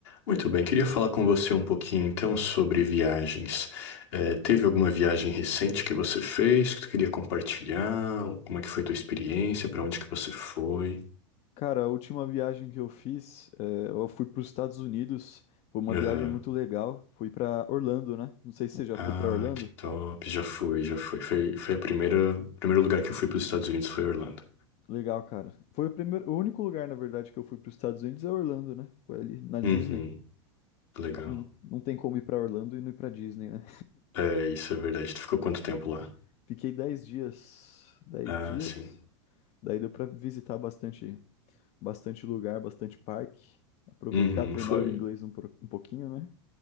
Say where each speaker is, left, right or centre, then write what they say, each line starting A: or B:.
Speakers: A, on the left; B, on the left.
A: Muito bem, queria falar com você um pouquinho então sobre viagens. Eh, teve alguma viagem recente que você fez que tu queria compartilhar? Como é que foi tua experiência? Para onde que você foi?
B: Cara, a última viagem que eu fiz, eh, eu fui para os Estados Unidos. Foi uma
A: Aham.
B: viagem muito legal. Fui para Orlando, né? Não sei se você já
A: Ah,
B: foi para Orlando.
A: que top! Já fui, já fui. Foi, foi a primeira, o primeiro lugar que eu fui para os Estados Unidos foi Orlando.
B: Legal, cara. Foi o primeiro, o único lugar, na verdade, que eu fui para os Estados Unidos é Orlando, né? Foi ali na Disney.
A: Uhum, legal.
B: Não, não tem como ir para Orlando e não ir para Disney, né?
A: É, isso é verdade. Tu ficou quanto tempo lá?
B: <laughs> Fiquei 10 dias, dez
A: Ah,
B: dias.
A: sim.
B: Daí deu para visitar bastante, bastante lugar, bastante parque. Aproveitar,
A: Uhum,
B: treinar
A: foi.
B: o inglês um, pro- um pouquinho, né?